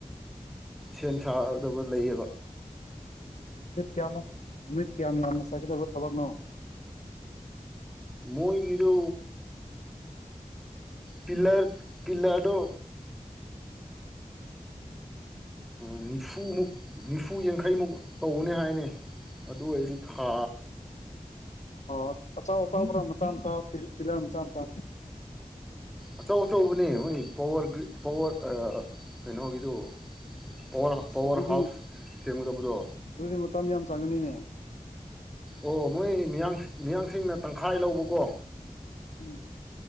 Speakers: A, in the centre; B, on the left.
A: ꯁꯦꯝ ꯁꯥꯒꯗꯕ ꯂꯩꯌꯦꯕ
B: ꯅꯨꯠ ꯀꯌꯥꯃ ꯅꯨꯃꯤꯠ ꯀꯌꯥꯝ ꯌꯥꯝꯅ ꯆꯠꯀꯗꯕ ꯊꯕꯛꯅꯣ
A: ꯃꯣꯏꯒꯤꯗꯣ ꯄꯤꯂꯔ ꯄꯤꯂꯔꯗꯣ ꯑꯥ ꯅꯤꯐꯨꯃꯨꯛ ꯅꯤꯐꯨ ꯌꯥꯡꯈꯩꯃꯨꯛ ꯇꯧꯅꯦ ꯍꯥꯏꯅꯦ ꯑꯗꯨ ꯑꯣꯏꯔꯗꯤ ꯊꯥ
B: ꯑꯣ ꯑꯆꯥꯎ ꯑꯆꯥꯎꯕ ꯃꯆꯥ ꯃꯆꯥ ꯄꯤꯂꯔ ꯃꯆꯥ ꯃꯆꯥ
A: ꯑꯆꯧ ꯑꯆꯧꯕꯅꯦ ꯃꯣꯏ ꯄꯋꯥꯔꯔꯤ ꯄꯋꯥꯔ ꯀꯩꯅꯣꯒꯤꯗꯨ ꯄꯥꯋꯔ
B: ꯑꯁ
A: ꯄꯋꯥꯔ
B: ꯑꯗꯨꯗꯤ
A: ꯍꯥꯎꯁ ꯁꯦꯝꯒꯗꯕꯗꯣ
B: ꯑꯗꯨꯗꯤ ꯃꯇꯝ ꯌꯥꯝ ꯆꯪꯒꯅꯤꯅꯦ
A: ꯑꯣ ꯃꯣꯏ ꯃꯤꯌꯥꯡ ꯃꯤꯌꯥꯡꯁꯤꯡꯅ ꯇꯪꯈꯥꯏ ꯂꯧꯕꯀꯣ
B: ꯎꯝ